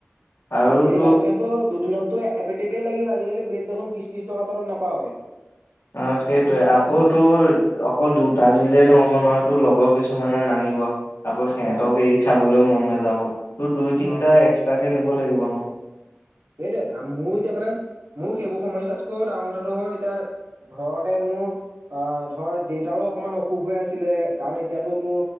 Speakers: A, on the right (about 85°); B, on the left (about 85°).
A: আকৌ
B: আৰু
A: ব্ৰেড
B: তো
A: আনিলেতো দুদিনত <unintelligible> লাগিব আজিকালি ব্ৰেড দেখোন বিশ ত্ৰশ টকাৰ তলত নাপায় এ
B: অ সেইটোৱে আকৌ তো অকল দুটা দিলেই নহ'ব নহয় তোৰ লগৰ কিছুমানে নানিব আকৌ সিহঁতক
A: অ
B: এৰি খাবলৈও মন নাযাব তোৰ দুই তিনিটা
A: অ
B: এক্সট্ৰাকে নিব লাগিব ন
A: এইটোৱে মোৰো এতিয়া মানে মোৰ সেইবোৰ সমস্যাতকৈ ডাঙৰ কথাটো হ'ল এতিয়া ঘৰতে মোৰ মোৰ ধৰ দেউতাৰো অকণমান অসুখ হৈ আছিলে কাৰণ এতিয়াটোতো